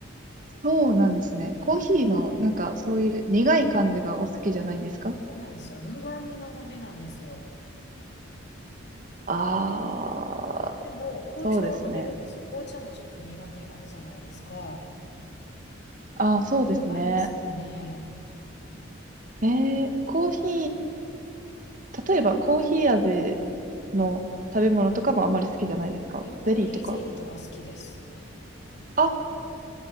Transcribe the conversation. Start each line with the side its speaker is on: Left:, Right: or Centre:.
Right: そうなんですね。コーヒーの、
Left: うん。
Right: なんか、そういう苦い感じがお好きじゃないんですか
Left: そうなんですよ。苦味がダメなんですよ。
Right: ああ、
Left: でも、紅茶は飲めるんですよ。
Right: そうですね。
Left: 紅茶もちょっと苦味あるじゃないですか。
Right: ああ、そうですね。
Left: 合いますかね。
Right: えー、コーヒー、例えばコーヒー味の食べ物とかもあんまり好きじゃないですかゼリーとか。
Left: いや、コーヒーゼリーとか好きです。
Right: あ、